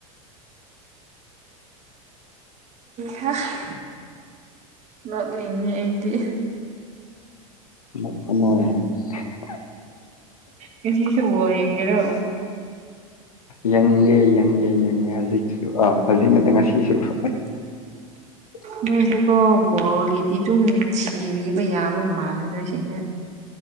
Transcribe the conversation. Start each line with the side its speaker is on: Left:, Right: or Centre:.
Right: ꯍꯥꯏ ꯅꯣꯛꯅꯤꯡꯉꯤ ꯑꯩꯗꯤ
Left: <unintelligible>
Right: ꯀꯁꯨ ꯑꯣꯏ ꯌꯦꯡꯒꯦꯔꯣ
Left: ꯌꯦꯡꯉꯦ ꯌꯦꯡꯉꯦ ꯌꯦꯡꯉꯦ ꯍꯧꯖꯤꯛꯁꯨ ꯑꯥ ꯍꯧꯖꯤꯛꯅꯗꯤ ꯉꯁꯤꯁꯨ <unintelligible>
Right: ꯅꯣꯏꯁꯦꯀꯣ ꯕꯣꯜꯒꯤꯗꯤ ꯑꯗꯨꯝ ꯁꯤꯔꯤꯕ ꯌꯥꯕ ꯃꯥꯜꯂꯦ ꯅꯣꯏꯁꯤꯡꯁꯦ